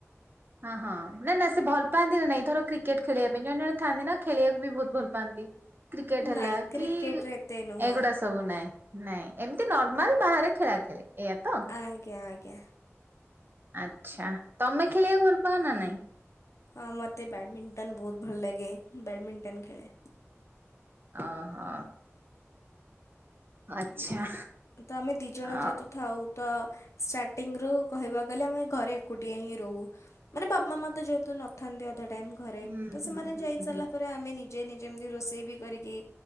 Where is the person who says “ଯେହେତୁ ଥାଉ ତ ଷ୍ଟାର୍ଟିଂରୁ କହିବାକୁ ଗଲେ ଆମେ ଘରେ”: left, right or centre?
Left